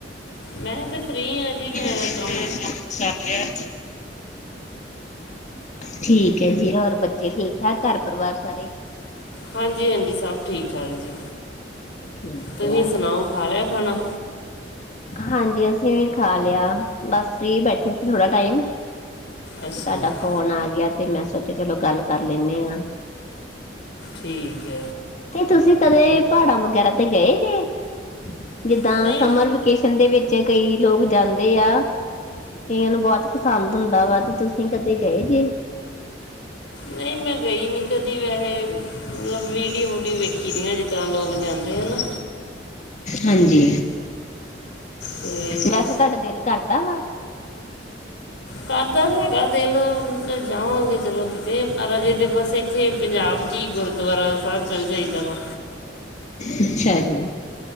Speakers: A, on the left; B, on the left.
A: ਮੈਂ ਤੇ ਫਰੀ ਹਾਂ। ਜੀ
B: <unintelligible> ਕਰ
A: ਮੈਂ ਕੰਮ
B: ਲਿਆ। ਠੀਕ ਹੈ ਜੀ ਹੋਰ ਬੱਚੇ ਠੀਕ-ਠਾਕ ਘਰ ਪਰਿਵਾਰ ਸਾਰੇ
A: ਹਾਂਜੀ-ਹਾਂਜੀ ਸਭ ਠੀਕ-ਠਾਕ ਜੀ
B: ਠੀਕ
A: ਤੁਸੀਂ
B: ਆ,
A: ਸੁਣਾਓ ਖਾ ਲਿਆ ਖਾਣਾ।
B: ਹਾਂਜੀ ਅਸੀਂ ਵੀ ਖਾ ਲਿਆ ਬਸ ਫਰੀ ਬੈਠੇ ਸੀ ਥੋੜਾ ਟਾਈਮ
A: ਅੱਛਾ
B: ਤੁਹਾਡਾ
A: ਜੀ
B: ਫੋਨ ਗਿਆ ਤੇ ਮੈਂ ਸੋਚਿਆ ਚਲੋ ਗੱਲ ਕਰ ਲੈਂਨੇ ਆਂ।
A: ਠੀਕ ਏ।
B: ਤੇ ਤੁਸੀਂ ਕਦੇ ਪਹਾੜਾਂ ਵਗੈਰਾ ਤੇ ਗਏ ਜੇ ਜਿੱਦਾਂ
A: ਨਹੀਂ
B: ਸਮਰ ਵੇਕੇਸ਼ਨ ਦੇ ਵਿੱਚ ਕਈ ਲੋਕ ਜਾਂਦੇ ਆ ਕਈਆਂ ਨੂੰ ਬੋਤ ਪਸੰਦ ਹੁੰਦਾ ਵਾ ਤੇ ਤੁਸੀਂ ਕਦੇ ਗਏ ਜੇ।
A: ਨਈ ਮੈਂ ਗਈ ਨੀ। ਕਦੀ ਵੈਹੇ ਮਤਲਬ ਵੀਡੀਓ ਵੂਡੀਓ ਵੇਖੀ ਦੀਆਂ ਜਿਦਾਂ ਲੋਗ ਜਾਂਦੇ ਆ ਨਾ।
B: ਹਾਂਜੀ
A: ਤੇ
B: ਵੈਸੇ ਤੁਹਾਡਾ ਦਿਲ ਕਰਦਾ ਵਾ।
A: ਕਰਦਾ ਤਾਂ ਹੈਗਾ ਦਿਲ ਹੁਣ ਤਾਂ ਜਾਵਾਂਗੇ ਚਲੋ ਕਿਤੇ ਪਰ ਅਜੇ ਦੇ ਬਸ ਇੱਥੇ ਪੰਜਾਬ 'ਚ ਹੀ ਗੁਰਦੁਆਰਾ ਸਾਹਿਬ ਚਲ ਜਾਈਦਾ ਵਾ
B: ਅੱਛਾ ਜੀ।